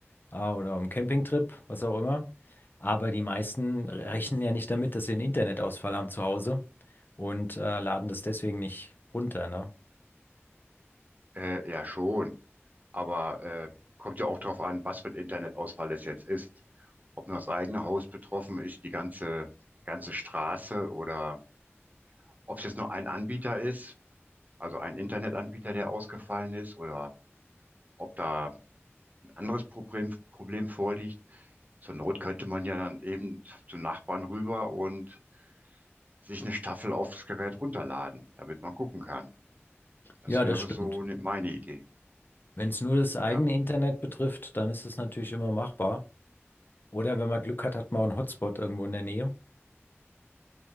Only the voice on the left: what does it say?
äh, oder im Campingtrip, was auch immer. Aber die meisten rechnen ja nicht damit, dass sie einen Internetausfall haben zu Hause und äh, laden das deswegen nicht runter, ne?
Ja,
das stimmt.
Wenn es nur das eigene
Internet betrifft, dann ist es natürlich immer machbar. Oder wenn man Glück hat, hat man auch einen Hotspot irgendwo in der Nähe.